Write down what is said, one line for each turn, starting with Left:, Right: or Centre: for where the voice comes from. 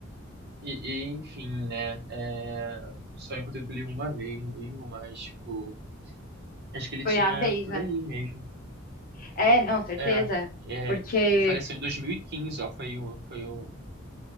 Right: e, e, enfim, né? é, só encontrei com ele uma vez mesmo, mas, tipo, acho que ele
Left: foi
Right: tinha
Left: a vez,
Right: por
Left: né?
Right: aí mesmo.
Left: É, não, certeza.
Right: É, é,
Left: Porque.
Right: ele faleceu em dois mil e quinze ó, foi o, foi o,